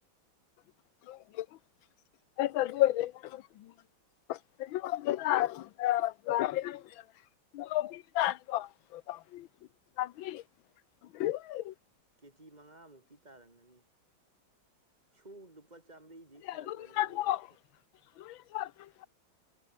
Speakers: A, on the left; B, on the right.
A: <unintelligible>
B: ꯀꯦꯖꯤ ꯃꯉꯥꯃꯨꯛꯇꯤ ꯇꯥꯔꯝꯒꯅꯤ ꯁꯨ ꯂꯨꯄꯥ ꯆꯥꯝꯃꯔꯤꯗꯤ ꯁꯔꯞ
A: ꯑꯗꯨ
B: ꯂꯩꯔꯒ
A: ꯑꯣꯏꯔꯗꯤ
B: ꯌꯨꯝ